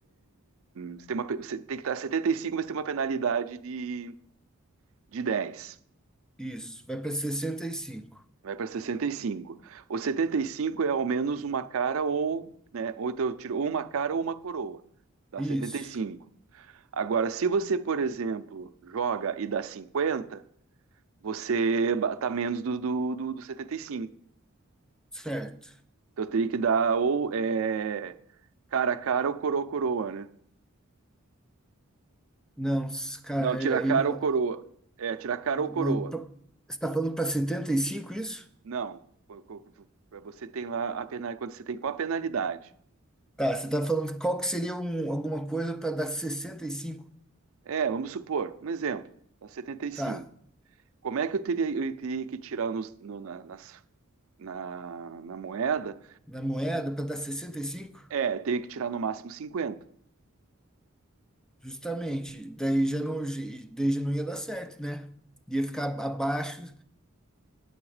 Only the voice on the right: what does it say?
Você tem, uma, pe- você tem que dar 75, mas tem uma penalidade de, de 10.
Vai para sessenta e cinco o 75 é ao menos uma cara ou, né? Ou então eu tiro ou uma cara ou uma coroa. Dá
setenta e cinco Agora, se você, por exemplo, joga e dá cinquenta você tá menos do, do, do, do setenta e cinco
Então eu teria que dar ou é, cara a cara ou coroa a coroa, né?
Não,
tira a
cara
ou coroa. É, tira a cara ou coroa.
Não, co- co- co- pra você tem lá a penalidade, quando você tem qual a penalidade?
É, vamos supor, um exemplo, tá setenta e cinco
Como é que eu teria, eu teria que tirar nos, no- na, nas- na, na moeda?
É, eu teria que tirar no máximo cinquenta